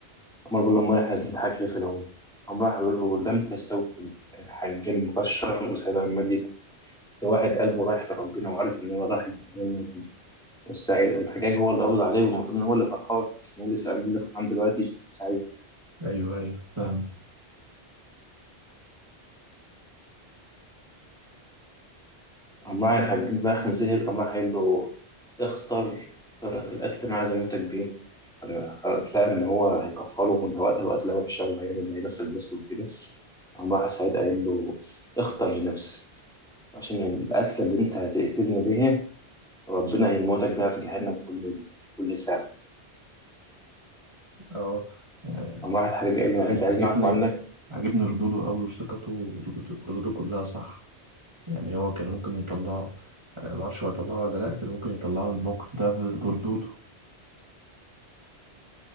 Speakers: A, in the centre; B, on the right (about 25°).
A: قام بيقول له أمال إحنا بنضحك ليه في العموم؟ قام راح بيقول له لم تستوي الحنجان المكشر وسعيد المجلس ده واحد قلبه رايح لربنا وعارف ان هو رايح الجنه وكده والسعيد والحجاج هو اللي قبض عليه والمفروض ان هو اللي فرحان بس مين اللي سعيد اللي فرحان دلوقتي سعيد
B: ايوه ايوه فاهم
A: قام راح الحجاج بقى خمسة سهر قام راح قايل له اختر طريقة القتل اللي انا عايز اموتك بيه قام خ- لقى ان هو هيكفره وان وقت القتلة وحشة وهيعمل هيمثل نفسه وكده قام راح سعيد قايل له اختر لنفسك عشان القتلة اللي انت هتقتلني بيها ربنا هيموتك بيها في جهنم كل كل ساعة
B: اه آه،
A: قام راح الحجاج
B: ع-
A: قايل له يعني انت عايز
B: عاجبني
A: نعرف عنك
B: عاجبني ردوده قوي وثقته وردوده ردوده كلها صح يعني هو كان ممكن يطلعه آه، ما اعرفش هو يطلعه ولا لا كان ممكن يطلعه من الموقف ده ب- بردوده